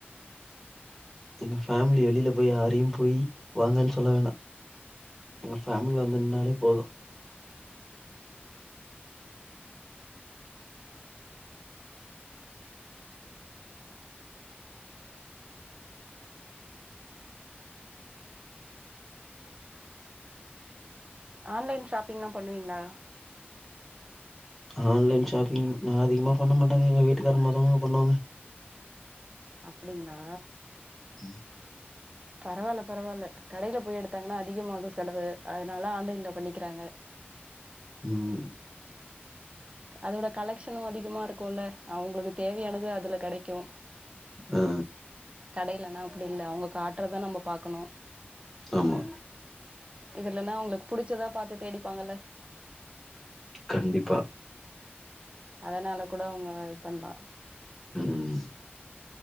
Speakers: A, in the centre; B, on the right (about 30°).
A: எங்க ஃபேமிலி வெளியில போய் யாரையும் போய் வாங்கன்னு சொல்ல வேணா எங்க ஃபேமிலி வந்து நின்னாலே போது
B: ஆன்லைன் ஷாப்பிங்லா பண்ணுவீங்ளா
A: ஆன்லைன் ஷாப்பிங் நா அதிகமா பண்ண மாட்டாங்க எங்க வீட்டுக்கார அம்மாதங்க பண்ணுவாங்க
B: அப்டிங்ளா
A: ம்
B: பரவாயில்ல பரவாயில்ல கடையில போய் எடுத்தாங்ன்னா அதிகமாகு செலவு அதனால ஆன்லைன்ல பண்ணிக்கிறாங்க
A: ம்
B: அதோட கலெக்ஷனு அதிகமா இருக்குல அவுங்ளுக்கு தேவையானது அதுல கெடைக்கு
A: ஆ
B: கடைலனா அப்டி இல்ல அவுங்க காட்றத நம்ம பாக்கணு
A: ஆமா
B: இதுலன்னா அவுங்ளுக் புடிச்சதா பார்த்து தேடிப்பாங்கல்ல
A: கண்டிப்பா
B: அதனால கூட அவுங்க இது பண்லா
A: ம்